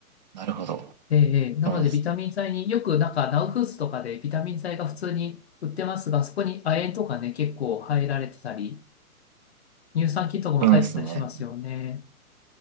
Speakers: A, on the right; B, on the left.
A: なるほど。
B: ええ、ええなのでビタミン剤によくなんかナウフーズとかでビタミン剤が普通に売ってますが、
A: そうです。
B: そこに亜鉛とかね、結構入られてたり、乳酸菌とかも入ってたりしますよね。
A: そうですね。